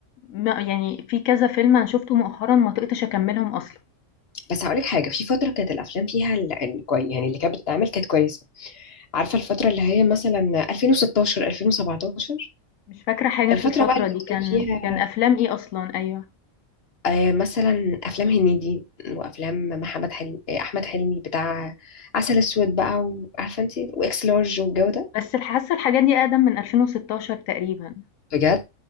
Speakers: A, on the left (about 80°); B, on the left (about 50°).
A: ما يعني في كذا فيلم أنا شُفته مؤخرًا ما طِقتش أكمّلهم أصلًا.
B: بس هقولك حاجه في فتره كانت الافلام فيها ال- ال- كوي- يعني اللي كانت بتتعمل كانت كويسه عارفة الفترة اللي هي مثلا 2016 2017
A: مش فاكرة حاجة
B: الفترة
A: في الفترة
B: بقى اللي
A: دي، كان
B: كان فيها
A: كان أفلام إيه أصلًا؟ أيوه.
B: آه، مثلا أفلام هنيدي وأفلام محمد حلمي آه، أحمد حلمي بتاع عسل أسود بقى وعارفة أنت وإكس لارج والجو ده
A: بس ال حاسّة الحاجات دي أقدم من 2016 تقريبًا
B: بجد